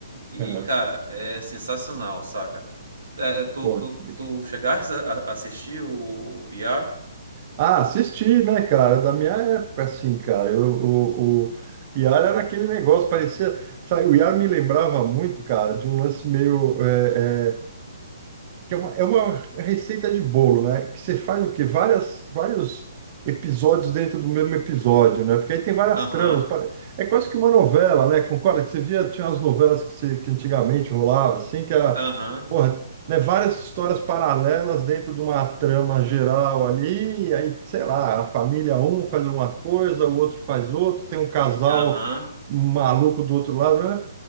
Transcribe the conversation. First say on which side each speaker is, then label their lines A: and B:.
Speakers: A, on the right (about 65°); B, on the right (about 35°).
A: E,
B: É,
A: cara, é sensacional, saca? É, tu,
B: pô,
A: tu,
B: que legal.
A: tu chegaste a a assistir o ER?
B: Ah, assisti, né, cara? Da minha época, assim, cara. Eu, o, o Iar era aquele negócio, parecia. Sabe, o Iar me lembrava muito, cara, de um lance meio. é, é, que é uma, é uma receita de bolo, né? Que você faz o quê? Várias, vários episódios dentro do mesmo episódio, né? Porque aí tem várias
A: Aham,
B: tramas. pare- É quase que uma novela, né? Concorda que você via, tinha as novelas que, você- que antigamente rolava, assim, que era,
A: aham,
B: porra, né? Várias histórias paralelas dentro de uma trama geral ali, e aí, sei lá, a família um faz uma coisa, o outro faz outro, tem um casal
A: aham.
B: maluco do outro lado, né?